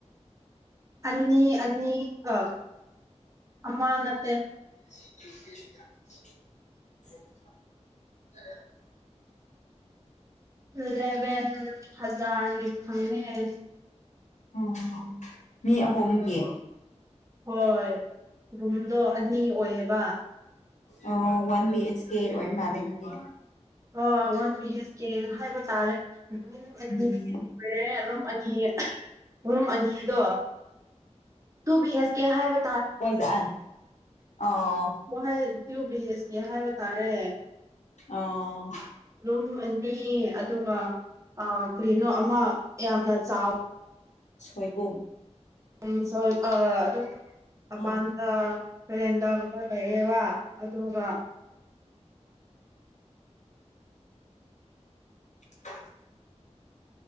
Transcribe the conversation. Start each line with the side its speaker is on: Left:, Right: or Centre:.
Right: ꯑꯅꯤ ꯑꯅꯤ ꯑ ꯑꯃ ꯅꯠꯇꯦ
Left: <unintelligible>
Right: ꯂꯂꯦꯚꯦꯟ ꯍꯖꯔ ꯂꯤ ꯐꯪꯉꯦ
Left: ꯎꯝ ꯃꯤ ꯑꯍꯨꯝꯒꯤ
Right: ꯍꯣꯏ ꯔꯨꯝꯗꯣ ꯑꯅꯤ ꯑꯣꯏꯌꯦꯕ
Left: ꯑ ꯋꯥꯟ ꯕꯤ ꯑꯦꯆ ꯀꯦ ꯑꯣꯏ ꯃꯥꯅꯦꯒꯤꯗꯤ
Right: ꯑꯣꯀ ꯍꯥꯏꯕ ꯇꯥꯔꯦ ꯔꯨꯝ ꯑꯅꯤ
Left: ꯎꯝ
Right: ꯔꯨꯝ ꯑꯅꯤ ꯔꯨꯝ ꯑꯅꯤꯗꯣ ꯇꯨ ꯑꯦꯁ ꯀꯦ ꯍꯥꯏꯕ
Left: ꯄꯣꯏꯁ ꯑ
Right: ꯋꯥ ꯇ꯭ꯌꯨ ꯕꯤꯍꯦꯁꯀꯤ ꯍꯥꯏꯕ ꯇꯥꯔꯦ
Left: ꯑꯣ
Right: ꯔꯨꯝ ꯑꯅꯤ ꯑꯗꯨꯒ ꯀꯔꯤꯅꯣ ꯑꯃ ꯌꯥꯝꯅ ꯆꯥꯎ
Left: ꯁꯣꯏꯕꯨꯝ
Right: ꯎꯝ ꯁ ꯑꯗꯨꯝ ꯃꯄꯥꯟꯗ
Left: ꯎꯝ
Right: ꯍꯔꯦꯟꯗꯒꯨꯝꯕ ꯂꯩꯑꯦꯕ ꯑꯗꯨꯒ
Left: <unintelligible>